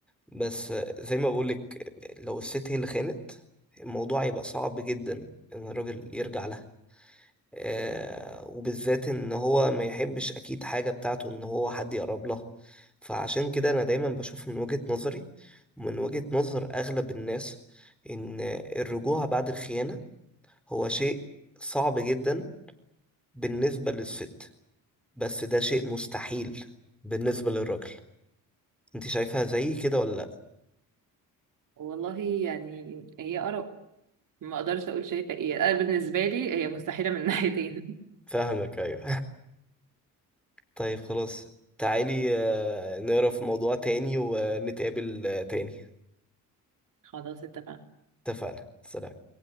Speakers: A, in the centre; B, on the right.
A: بس زي ما بقولك لو الست هي اللي خانت الموضوع يبقى صعب جدا ان الراجل يرجع لها آه وبالذات ان هو ما يحبش اكيد حاجة بتاعته ان هو حد يقرب لها فعشان كده انا دايما بشوف من وجهة نظري ومن وجهة نظر اغلب الناس ان الرجوع بعد الخيانة هو شيء صعب جدا بالنسبة للست بس ده شيء مستحيل بالنسبة للراجل انت شايفها زي كده ولا لا
B: والله يعني هي آراء ما اقدرش اقول شايفة ايه انا بالنسبة لي هي مستحيلة من ناحيتين
A: فاهمك ايوه طيب خلاص تعالي آه، نقرا في موضوع تاني ونتقابل آه، تاني
B: <laughs> خلاص اتفقنا
A: اتفقنا سلام